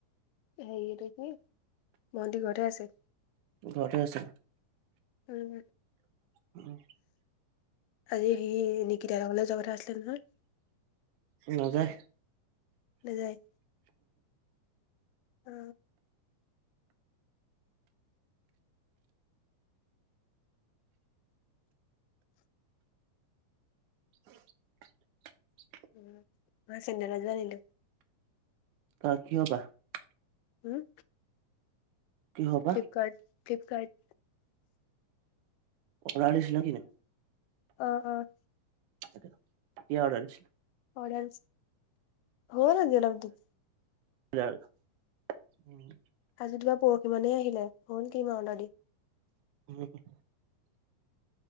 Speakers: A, on the left; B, on the right.
A: সেই এইটো টো কি ভণ্টি ঘৰতে আছে?
B: ঘৰতে আছে
A: উম
B: উম।
A: আজি সি নিকিতা ঘৰলে যোৱা কথা আছিলে নহয়।
B: নাজায়।
A: নাজায়। অ।
B: <unintelligible>
A: উম মই চেণ্ডেল এজোৰ আনিলো।
B: কাৰ কিহৰ পৰা?
A: হম।
B: কি হবা
A: ফ্লিপকাৰ্ট ফ্লিপকাৰ্ট।
B: অৰ্ডাৰ দিছিলা কি নো।
A: অঁ অঁ।
B: কেতিয়া অৰ্ডাৰ দিছিলা?
A: অৰ্ডাৰ হ'ল আজি অলপ দিন।
B: <unintelligible> উম।
A: আজি তোমাৰ পৰহি মানেই আহিলে। হ'ল <unintelligible> অৰ্ডাৰ দি।
B: <unintelligible>